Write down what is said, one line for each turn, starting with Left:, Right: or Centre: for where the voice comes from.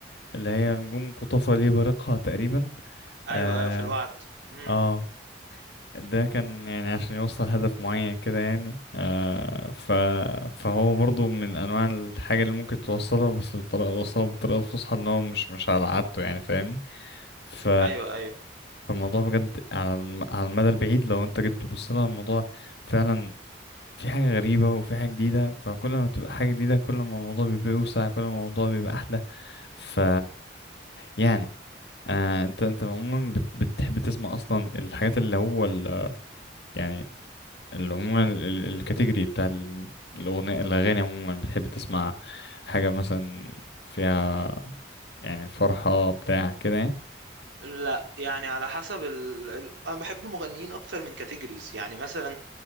Left: اللي هي نجوم قطافة ليه بارقها تقريبا
Right: ايوه
Left: اه
Right: ايوه في الوعد امم
Left: اه ده كان يعني عشان يوصل هدف معين كده يعني آه ف فهو برضو من انواع الحاجة اللي ممكن توصلها بس بطريقة وصلها بالطريقة الفصحى ان هو مش مش على عادته يعني فاهمني ف
Right: ايوه ايوه
Left: فالموضوع بجد على الم- على المدى البعيد لو انت جيت تبص لها الموضوع فعلا في حاجة غريبة وفي حاجة جديدة فكل ما بتبقى حاجة جديدة كل ما الموضوع بيبقى أوسع كل ما الموضوع بيبقى أحلى ف يعني آه انت انت عموما بت- بتحب تسمع اصلا الحاجات اللي هو ال- يعني اللي عموما ال- ال- الكاتيجوري بتاع ال- الاغنية الاغاني عموما بتحب تسمع حاجة مثلا فيها يعني فرحة بتاع كده يعني
Right: لا يعني على حسب ال... ال... انا بحب مغنيين اكتر من كاتيجوريز يعني مثلا